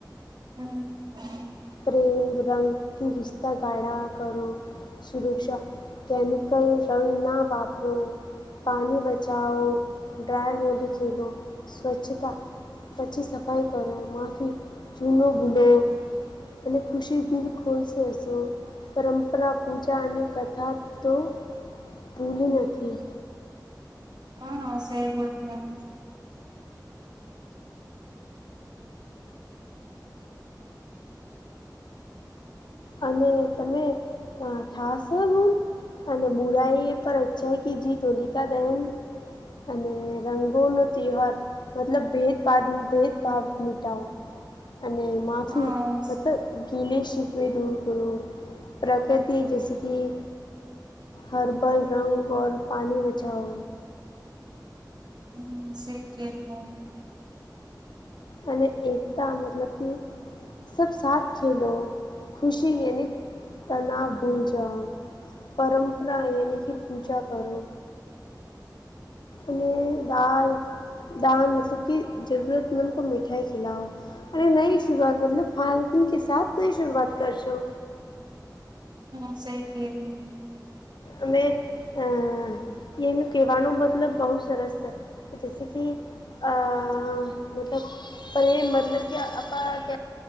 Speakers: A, on the right; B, on the left.
A: હમ્મ. <inaudible>
B: પ્રેમ રંગથી રિશ્તા ગાળા કરો સુરક્ષા કેમિકલ રંગ ના વાપરો પાણી બચાઓ ડ્રાય હોલી ખેલો સ્વચ્છતા પછી સફાઈ કરો માાફી ચૂનો ભૂલો અને ખુશી દિલ ખોલશે હશો પરંપરા પૂજા અને કથા તો ભૂલી નથી
A: હા હા સે બોલ ના
B: અને તમે અને ઠાસ હું અને બુરાઈ પર અછાઈ કી જીત હોલીકા દહેન અને રંગોનો તિવાર મતલબ ભેદભાદ ભેદભાવ મિટાવ અને માફી
A: હા.
B: મતલબ ગીલે શી ભઈ દૂર કરો પ્રગતિ જીસકી હર્બલ રંગ ઓર પાણી બચાઓ
A: હમ્મ શેખ ખેલી અમ
B: અને એકતા મતલબ કે સબ સાથ ખેલો ખુશી યાની તનાવ ભૂલ જાઓ પરંપરા યાની કે પૂજા કરો અને દાળ દાન મતલબ કે જરૂરતમંદ કો મીઠાઈ ખીલાઓ અરે નઈ શરૂઆત મતલબ ફાળગૂન કે સાથ નઈ શરૂઆત કરશો
A: હમ્મ શઈ કેવી
B: અમે અ એનું કેવાનો મતલબ બહુ સરસ છે જેસી કે હ મતલબ પરેમ મતલબ કે આપ ક